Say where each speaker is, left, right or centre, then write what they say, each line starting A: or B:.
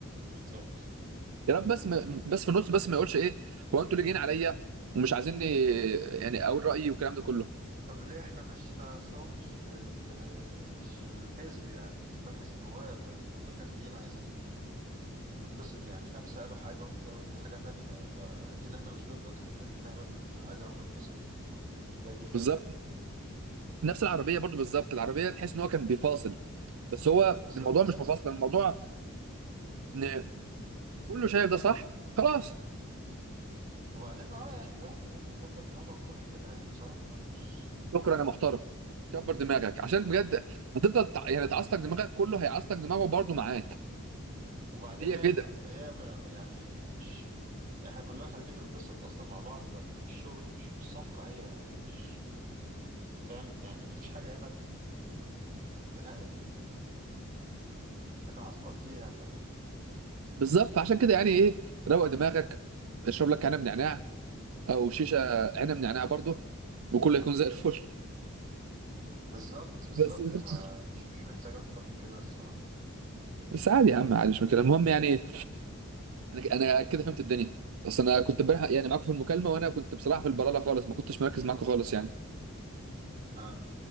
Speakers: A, on the right (about 35°); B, on the right (about 75°).
A: بالظبط
B: يا رب بس ما بس في النص بس ما يقولش ايه هو انتوا اللي جايين عليا ومش عايزيني يعني اقول رايي والكلام ده كله
A: طب ليه احنا مش تا- أصل هو مش ال... مش الحزب يعني مش مجلس النواب يعني احنا خارجين عايزين نتبسط يعني خمسة قالوا حاجة وانت قلت حاجة تانية فأكيد احنا مش ضدك احنا عايزين نعمل حاجة ونتبسط يعني فدي الفكرة
B: بالظبط
A: يعني
B: نفس العربيه برضو بالظبط العربيه تحس ان هو كان بيفاصل بس هو
A: بالظبط
B: الموضوع مش مفاصل الموضوع ان كله شايف ده صح خلاص
A: وبعدين اه يعني الواحد لازم يكبر دماغه أكتر من كده يعني بصراحة مش
B: شكرا يا محترم كبر دماغك عشان بجد هتفضل تع- يعني تعصتك دماغك كله هيعصتك دماغه برضو معاك
A: وبعدين
B: هي
A: هي
B: كده
A: هي م- يعني مش احنا كلنا خارجين نتبسط أصلا مع بعض ده ده مش شغل مش مش صفقة هي يعني مش فاهم يعني مفيش حاجة هنا تنا... تتعصلك فيها فاهمني
B: بالظبط فعشان كده يعني ايه روق دماغك اشرب لك عنب نعناع
A: بالظبط
B: او شيشه عنب نعناع برضو وكله يكون زي الفل
A: بالظبط بالظبط
B: <laughs>
A: ما
B: بس
A: مش مش محتاج اكتر من كده الصراحة
B: بس عادي يا عم عادي مش مشكله المهم يعني انا انا كده فهمت الدنيا بس انا كنت امبارح يعني معاكم في المكالمه وانا كنت بصراحه في البلاله خالص ما كنتش مركز معاكم خالص يعني
A: اه